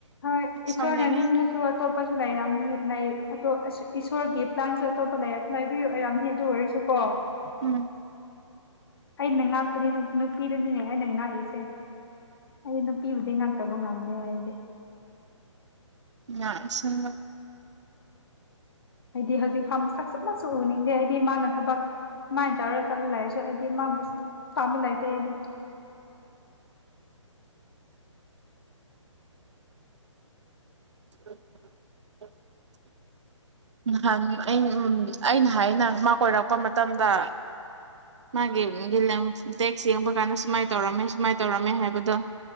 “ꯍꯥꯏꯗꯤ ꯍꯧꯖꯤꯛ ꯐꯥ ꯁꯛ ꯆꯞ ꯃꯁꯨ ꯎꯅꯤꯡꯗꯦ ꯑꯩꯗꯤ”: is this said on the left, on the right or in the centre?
Left